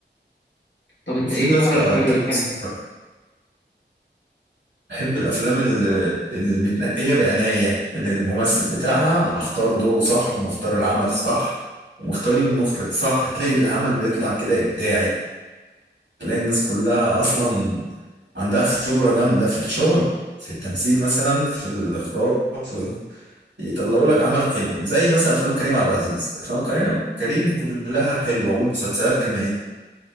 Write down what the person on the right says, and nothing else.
الفيل
الأزرق
إنتاج
مصري بحب الافلام اللي, اللي متنقيه بعنايه اللي الممثل بتاعها مختار دوره صح ومختار العمل صح ومختارين المخرج صح تلاقي العمل بيطلع كده ابداعي تلاقي الناس كلها اصلا عندها خبره جامده في الشغل في التمثيل مثلا في الاخراج في يطلعوا لك عمل حلو زي مثلا افلام كريم عبد العزيز افلام كريم كريم كلها حلوه والمسلسلات كمان